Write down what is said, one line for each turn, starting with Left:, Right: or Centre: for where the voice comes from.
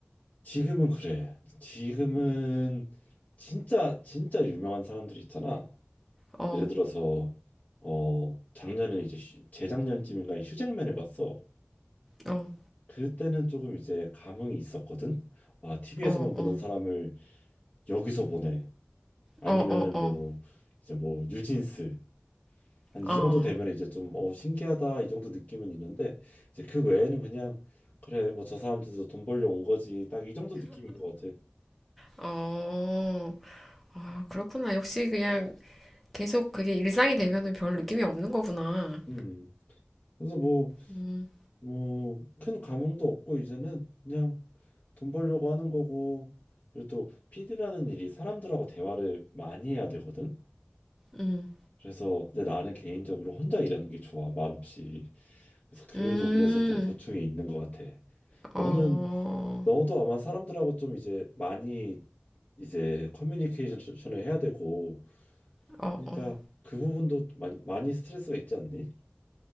Left: 지금은 그래. 지금은 진짜 진짜 유명한 사람들이 있잖아.
Centre: 어,
Left: 예를 들어서 어 작년에 이제 휴- 재작년쯤인가 휴잭맨을 봤어.
Centre: 어,
Left: 그때는 조금 이제 감흥이 있었거든. 와, TV에서만
Centre: 어,
Left: 보던
Centre: 어,
Left: 사람을 여기서 보네. 아니면은
Centre: 어, 어, 어,
Left: 뭐 이제 뭐 뉴진스 한 이
Centre: 어,
Left: 정도 되면 이제 좀 어 신기하다 이 정도 느낌은 있는데 이제 그 외에는 그냥 그래 뭐 저 사람들도 돈 벌려 온 거지 딱 이 정도 느낌인 것 같아.
Centre: 어. 아, 그렇구나. 역시 그냥 계속 그게 일상이 되면은 별 느낌이 없는 거구나.
Left: 음. 그래서 뭐
Centre: 음,
Left: 뭐 큰 감흥도 없고 이제는 그냥 돈 벌려고 하는 거고 그리고 또 PD라는 일이 사람들하고 대화를 많이 해야 되거든.
Centre: 음,
Left: 그래서 근데 나는 개인적으로 혼자 일하는 게 좋아 말없이. 그래서 그
Centre: 음.
Left: 부분에서 좀 고충이 있는 것 같아. 너는
Centre: 어,
Left: 너도 아마 사람들하고 좀 이제 많이 이제 커뮤니케이션을 해야 되고
Centre: 어,
Left: 하니까
Centre: 어.
Left: 그 부분도 많이, 많이 스트레스가 있지 않니?